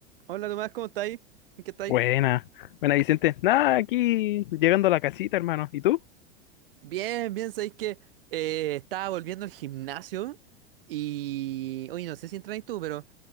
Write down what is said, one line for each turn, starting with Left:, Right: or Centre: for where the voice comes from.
Right: Hola Tomás, ¿cómo estáis? ¿En qué estáis?
Left: Buena, buena Vicente. Nada, aquí llegando a la casita, hermano. ¿Y tú?
Right: Bien, bien, sabéis que eh, estaba volviendo al gimnasio y. Oye, no sé si entrenáis tú, pero